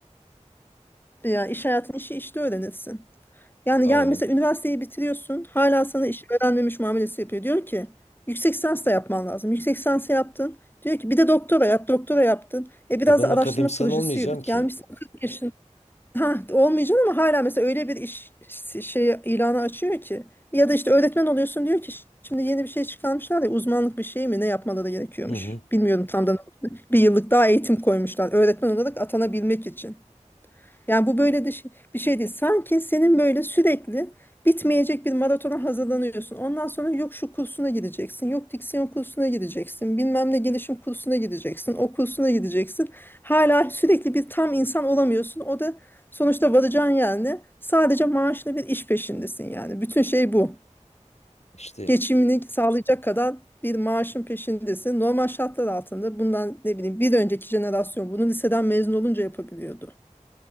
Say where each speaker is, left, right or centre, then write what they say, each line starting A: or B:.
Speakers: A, on the left; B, on the left.
A: ya iş hayatının işi işte öğrenirsin. Yani
B: aynen.
A: ya mesela üniversiteyi bitiriyorsun, hala sana iş öğrenmemiş muamelesi yapıyor. Diyor ki yüksek lisans da yapman lazım. Yüksek lisans yaptın. Diyor ki bir de doktora yap, doktora yaptın. E biraz
B: E ben
A: da araştırma
B: akademisyen
A: projesi
B: olmayacağım
A: yürüt.
B: ki.
A: Gelmişsin 40 yaşın. Ha, olmayacak ama hala mesela öyle bir iş şey ilanı açıyor ki. Ya da işte öğretmen oluyorsun diyor ki şimdi yeni bir şey çıkarmışlar ya uzmanlık bir şey mi ne yapmaları gerekiyormuş.
B: Hı hı.
A: Bilmiyorum tam da ne olduğunu. bir yıllık daha eğitim koymuşlar öğretmen olarak atanabilmek için. Yani bu böyle de şey- bir şey değil. Sanki senin böyle sürekli bitmeyecek bir maratona hazırlanıyorsun. Ondan sonra yok şu kursuna gideceksin, yok diksiyon kursuna gideceksin, bilmem ne gelişim kursuna gideceksin, o kursuna gideceksin. Hala sürekli bir tam insan olamıyorsun. O da sonuçta varacağın yer ne? Sadece maaşlı bir iş peşindesin yani. Bütün şey bu.
B: İşte
A: Geçimini sağlayacak kadar bir maaşın peşindesin. Normal şartlar altında bundan ne bileyim bir önceki jenerasyon bunu liseden mezun olunca yapabiliyordu.